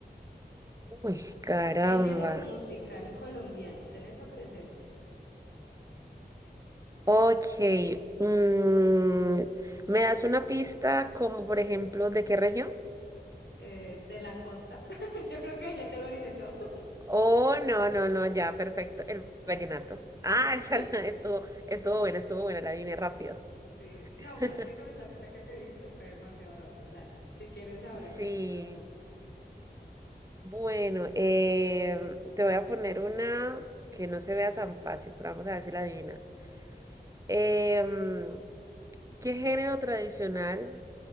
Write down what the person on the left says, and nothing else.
Género musical colombiano, ¿tenés eso presente?
Eh, de la costa. <laughs> Yo creo que ahí ya te lo dije todo.
<laughs> Sí,
sí. No, pero
es que con esa pista que te di, pues fue demasiado rápido. Dale, si quieres ahora
continúa tú.